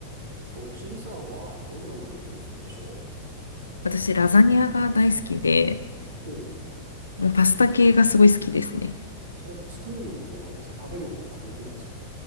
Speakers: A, on the right; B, on the left.
A: えっと、ちいさんはどんなお料理がお好きでしょ
B: 私、ラザニアが大好きで、
A: うおう。
B: もうパスタ系がすごい好きですね。
A: それは作る方ですか食べる方も両方ですか